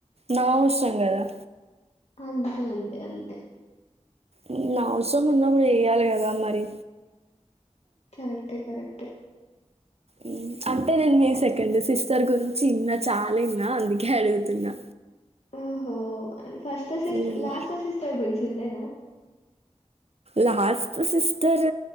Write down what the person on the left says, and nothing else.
అంతే అండి అంతే
కరెక్ట్ే కరెక్ట్ే
ఓహో ఫస్ట్ సిస్
లాస్ట్ సిస్టర్ గుంచి ఇంల్లేదా